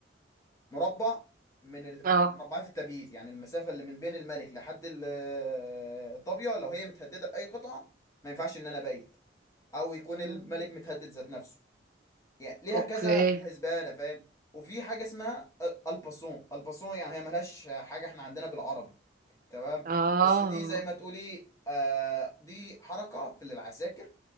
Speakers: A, on the left; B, on the right.
A: مربع من ال-
B: اه
A: مربعات التبييت يعني المسافه اللي من بين الملك لحد ال- آه، الطابيه لو هي متهدده باي قطعه ما ينفعش ان انا ابيت او يكون
B: أمم.
A: الملك متهدد ذات نفسه يعني ليها
B: اوكي
A: كذا حسبانه فاهم وفي حاجه اسمها أ- الباسون الباسون يعني هي ملهاش حاجه احنا عندنا بالعربي تمام
B: اه
A: بس دي زي ما تقولي آه دي حركه في العساكر